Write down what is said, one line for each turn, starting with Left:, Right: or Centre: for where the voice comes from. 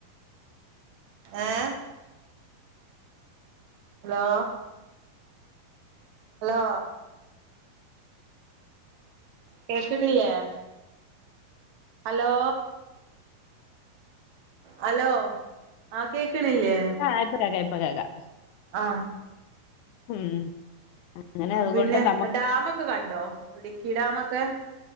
Right: ഏ ഹലോ ഹലോ കേൾക്കണില്ലേ ഹലോ ഹലോ ആ കേക്കണില്ലേ
Left: ആ ഇപ്പൊ കേക്കാം ഇപ്പൊ കേക്കാം
Right: ആ
Left: ഉം അങ്ങനെ അതുകൊണ്ട്
Right: പിന്നെ
Left: നമുക്ക്
Right: ഡാമൊക്കെ ക്കെ കണ്ടോ ഇടുക്കിടാമൊക്കെ